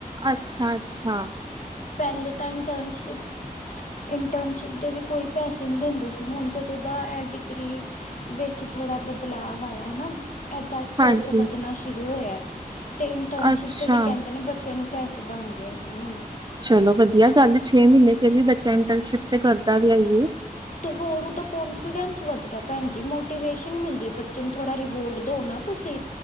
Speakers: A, on the right; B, on the left.
A: ਅੱਛਾ-ਅੱਛਾ,
B: ਪਹਿਲੇ ਤਾਂ ਇੰਟਰਨਸ਼ਿਪ-ਇੰਟਰਨਸ਼ਿਪ ਦੇ ਵੀ ਕੋਈ, ਪੈਸੇ ਨਹੀਂ ਦਿੰਦੇ ਸੀ ਹੁਣ ਜਦੋਂ ਦਾ ਐ ਡਿਗਰੀ ਵਿੱਚ ਥੋੜ੍ਹਾ ਬਦਲਾਵ ਆਇਆ ਨਾ, ਇੱਦਾਂ ਸਕੋਪ
A: ਹਾਂਜੀ
B: ਵਧਣਾ ਸ਼ੁਰੂ ਹੋਇਆ। ਅਤੇ ਇੰਟਰਨਸ਼ਿਪ
A: ਅੱਛਾ
B: ਦੇ ਵੀ ਕਹਿੰਦੇ ਨੇ ਬੱਚਿਆਂ ਨੂੰ, ਪੈਸੇ ਦੇਵਾਂਗੇ ਅਸੀਂ ਹੁਣ,
A: ਚਲੋ ਵਧੀਆ ਗੱਲ ਛੇ ਮਹੀਨੇ ਫੇਰ ਵੀ ਬੱਚਾ ਇੰਟਰਨਸ਼ਿਪ ਤੇ ਕਰਦਾ ਵੀ ਐ।
B: ਅਤੇ ਹੋਰ ਉਹਦਾ ਕੋਂਨਫੀਡੈਂਸ ਵੱਧਦਾ ਭੈਣ ਜੀ ਮੋਟੀਵੇਸ਼ਨ ਮਿਲਦੀ ਬੱਚੇ ਨੂੰ ਥੋੜ੍ਹਾ ਰਿਵੋਡ ਦਿਓ ਨਾ ਤੁਸੀਂ